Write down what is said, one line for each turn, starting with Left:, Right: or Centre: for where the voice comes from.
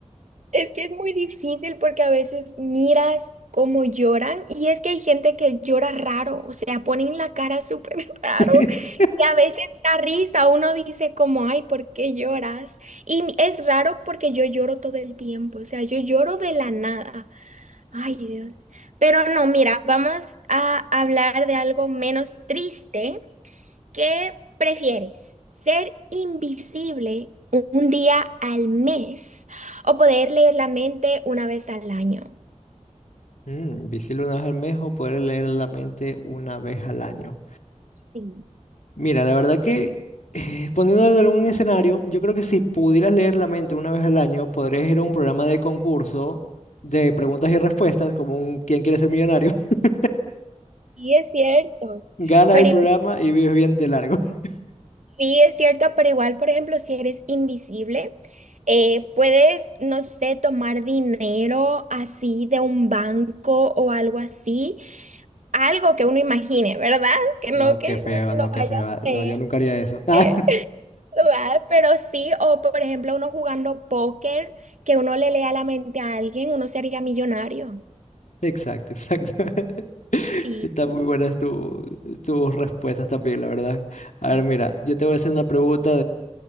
Right: Es que es muy difícil porque a veces miras cómo lloran y es que hay gente que llora raro, o sea, ponen la cara súper <laughs> raro
Left: <laughs>
Right: y a veces da risa, uno dice como, ay, ¿por qué lloras? Y mi- es raro porque yo lloro todo el tiempo, o sea, yo lloro de la nada, ay Dios. Pero no, mira, vamos a hablar de algo menos triste. ¿Qué prefieres? ¿Ser invisible un día al mes o poder leer la mente una vez al año?
Left: Mm, visible una vez al mes o poder leer la mente una vez al año.
Right: Sí,
Left: Mira, la verdad que eh, poniéndolo en un escenario, yo creo que si pudieras leer la mente una vez al año, podrías ir a un programa de concurso de preguntas y respuestas, como un ¿Quién quiere ser millonario? <laughs>
Right: sí es cierto.
Left: Ganas
Right: Pero
Left: el programa
Right: igu-
Left: y vives bien de largo. <laughs>
Right: sí es cierto, pero igual, por ejemplo, si eres invisible, eh, puedes, no sé, tomar dinero así de un banco o algo así, algo que uno imagine, ¿verdad? Que no
Left: No,
Right: que
Left: qué feo,
Right: uno
Left: no,
Right: lo
Left: qué
Right: vaya
Left: feo.
Right: a hacer.
Left: No, yo nunca haría eso. <laughs> Ah,
Right: eh, ¿verdad? Pero sí, o por ejemplo, uno jugando póker, que uno le lea la mente a alguien, uno sería millonario.
Left: exacto, exacto. <laughs>
Right: Sí.
Left: Están muy buenas tu- tus respuestas también, la verdad. A ver, mira, yo te voy a hacer una pregunta